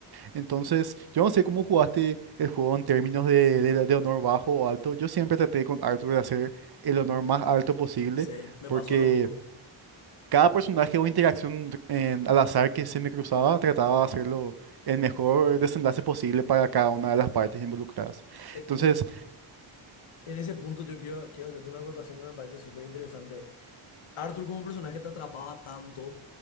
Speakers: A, on the right; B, on the left.
A: Entonces, yo no sé cómo jugaste el juego en términos de, de- de honor bajo o alto. Yo siempre traté con Arthur de hacer el honor más alto posible
B: Sí, me
A: porque...
B: pasó lo mismo.
A: Cada personaje o interacción eh, al azar que se me cruzaba trataba de hacerlo el mejor desenlace posible para cada una de las partes involucradas.
B: Es
A: Entonces,
B: que en ese punto yo quiero, quiero hacerte una acotación que me parece súper interesante. Arthur como personaje te atrapaba tanto